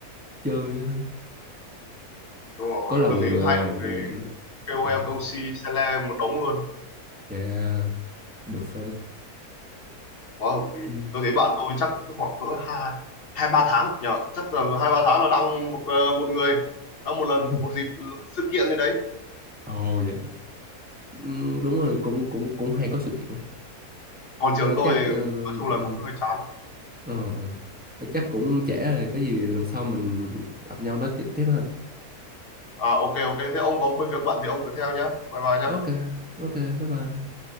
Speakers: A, in the centre; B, on the left (about 40°).
A: chơi hơn
B: đúng rồi
A: có lần
B: tôi thấy
A: ờ,
B: hay một cái KOL
A: dạ
B: Cosi Sele một đống luôn
A: dạ được phép
B: quá hợp lý
A: <laughs>
B: tôi thấy bạn tôi chắc khoảng cỡ hai hai ba tháng nhờ chắc là hai ba tháng là đăng một ờ, một người đăng một lần
A: Ừ.
B: một dịp sự kiện gì đấy
A: ồ dạ Ừ, đúng rồi cũng cũng cũng hay có sự kiện lắm
B: còn trường
A: thôi
B: tôi
A: chắc ờ,
B: nói chung là
A: ừ,
B: cũng hơi chán
A: ờ, ờ. Thôi chắc cũng trễ rồi có gì lần sau mình gặp nhau nói chuyện tiếp ha
B: à ok ok thế ông có việc bận thì ông cứ theo nhá bye bye nhá
A: ok ok bye bye